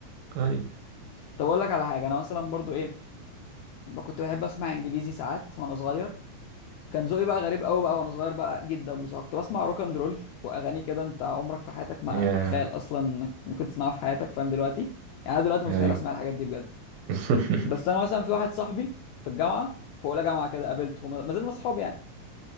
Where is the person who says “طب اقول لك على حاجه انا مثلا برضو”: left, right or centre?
Left